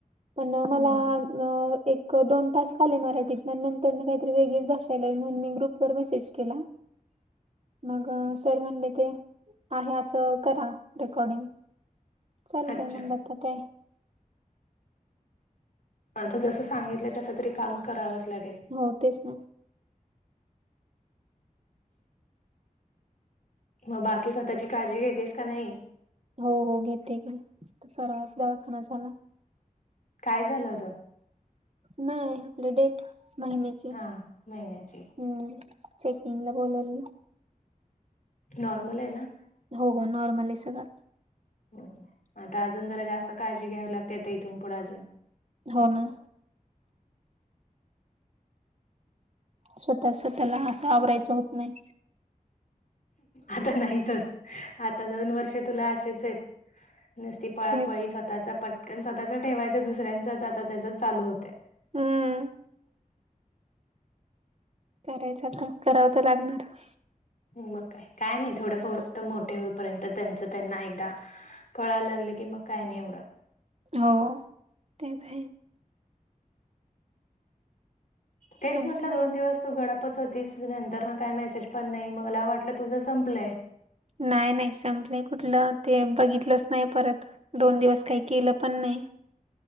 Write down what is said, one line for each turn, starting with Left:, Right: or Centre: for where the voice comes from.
Right: पण मला
Left: हम्म
Right: अ- एक दोन तास आले मराठीत आणि नंतर न काहीतरी वेगळीच भाषा यायलाई म्हणून मी ग्रुप वर मेसेज केला. मग सर म्हणले ते आहे असं करा रेकॉर्डिंग. चालतय
Left: अच्छा
Right: म्हणटात ते-
Left: आता जसं सांगितलं तस तरी काम करावंच लागेल.
Right: हो तेच ना.
Left: मग बाकी स्वतःची काळजी घेतेस का नाही.
Right: हो हो घेते ग <unintelligible> दवाखाना झाला.
Left: काय झालं होतं?
Right: नाय आपले डेट महिन्याचे हम्म.
Left: हा महिन्याची
Right: चेकिंगला बोलावलं.
Left: नॉर्मल आहे ना.
Right: हो ग नॉर्मल आहे सगळं
Left: हम्म आता अजून जरा जास्त काळजी घ्यावी लागते आता इथून पुढे अजून
Right: हो ना. स्वतःच स्वतःला असं आवरायचं होत नाही.
Left: आता नाहीच आता दोन वर्षे तुला असेच आहेत नूसती पळापळी
Right: तेच
Left: स्वतःचा पटकन स्वतःचा ठेवायचं दुसऱ्यांच आता त्याच्याच चालू होतंय.
Right: हम्म. करायचं आता करावं तर लागणारं.
Left: मग काय काय नाय थोडं फोर तर मोठे होईपर्यंत त्यांच त्यांना एकदा कळायला लागले की मग काय नाही एवढं.
Right: हो त्यात आहे.
Left: तेच
Right: तुमचं
Left: म्हंटलं
Right: काय
Left: दोन दिवस तू गडपच होतीस नंतर ना काय मेसेज पण नाही मग मला वाटलं तुझं संपलंय.
Right: नाही नाही संपलंय कुठलं ते बघितलंच नाही परत दोन दिवस काही केलं पण नाही.